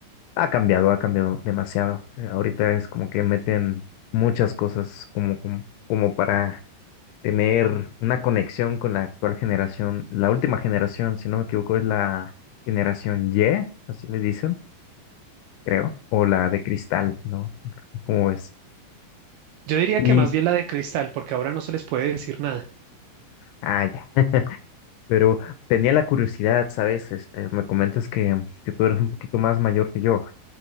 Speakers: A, on the left; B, on the right.
A: Ha cambiado, ha cambiado demasiado. Eh, ahorita es como que meten muchas cosas como, como, como para tener una conexión con la actual generación, la última generación, si no me equivoco, es la generación Y, así le dicen, creo, o la de cristal, ¿no? ¿Cómo es?
B: Yo diría
A: Y,
B: que más bien la de Cristal, porque ahora no se les puede decir nada.
A: ah, ya, pero tenía la curiosidad, ¿sabes? Este, me comentas que, que tú eres un poquito más mayor que yo.